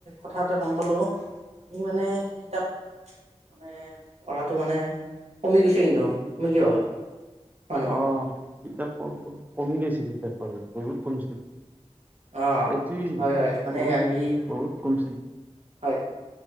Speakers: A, on the right; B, on the right.
A: কথা এটা গম পালোঁ। আমি মানে কিতাপ মানে পঢ়াটো মানে কমি গৈছে কিন্তু, তুমি কি ভাবা? মানুহৰ!
B: অ', কিতাপ পঢ়া কমি গৈছে কিতাপ পঢ়া বহুত কমিছে।
A: অ'।
B: সেইটোৱেই
A: হয় হয় মানে
B: বহুত,
A: আমি
B: বহুত কমিছে।
A: হয়,